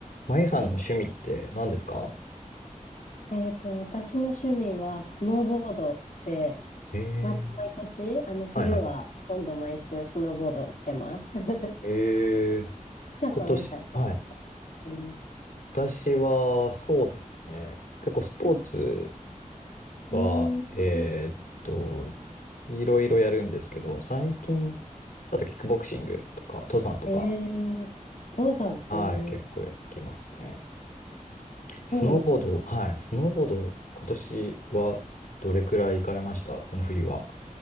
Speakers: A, on the left; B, on the left.
A: まゆさんの趣味って何ですか
B: えっと、私の趣味はスノーボードで、
A: ええー、
B: ま、毎年、あの、冬はほとんど毎週スノーボードしてます。
A: はいはいはい。
B: <laughs>
A: ええ
B: お母さんはなんか趣味とかありますか
A: 今年、はい。私は、そうですね。結構スポーツは、
B: うーん。
A: えーっと、いろいろやるんですけど、最近、あとキックボクシングとか、登山とか、
B: ええ登山、
A: はい、
B: ええ
A: 結構やってますね。スノーボード、
B: そうなんだ。
A: はい、スノーボード、今年はどれくらい行かれましたこの冬は。